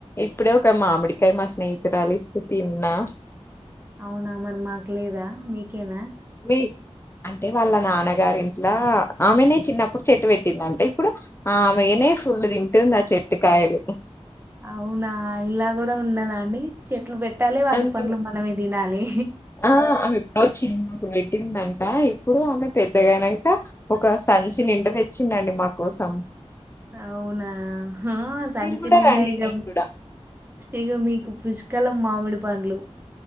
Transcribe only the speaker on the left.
ఇప్పుడే ఒక మామిడికాయ మా స్నేహితురాలు ఇస్తే తిన్నా
మీ అంటే వాళ్ళ నాన్నగారింట్ల ఆమెనే చిన్నప్పుడు చెట్టు పెట్టింది అంటే ఇప్పుడు ఆమేయనే ఫుల్ తింటుంది ఆ చెట్టు కాయలు
అంత
ఆ ఆమె ఎప్పుడో చిన్నప్పుడు పెట్టిందట ఇప్పుడు ఆమె పెద్దగ అయినంక ఒక సంచి నిండ తెచ్చిందండి మా కోసం
మీరు కూడా
రండి
మీకు కూడా